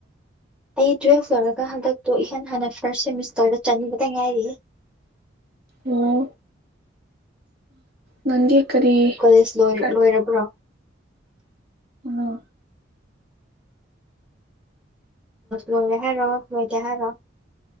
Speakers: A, in the centre; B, on the right (about 50°).
A: ꯑꯩ ꯇꯨꯋꯦꯜꯐ ꯂꯣꯏꯔꯒ ꯍꯟꯗꯛꯇꯣ ꯏꯍꯥꯟ ꯍꯥꯟꯅ ꯐꯥꯔꯁ ꯁꯦꯃꯤꯁꯇꯔꯗ ꯆꯟꯕꯗ ꯉꯥꯏꯔꯤꯌꯦ
B: ꯑꯣ ꯅꯪꯗꯤ ꯀꯔꯤ
A: ꯀꫭꯂꯦꯁ ꯂꫭꯏꯔꯕꫭ
B: ꯀꯔ
A: ꯂꯣꯏꯔꯕ꯭ꯔꯣ
B: ꯑꯣ
A: ꯂꫭꯏꯔꯦ ꯍꯥꯏꯔꫭ ꯂꫭꯏꯗꯦ ꯍꯥꯏꯔꫭ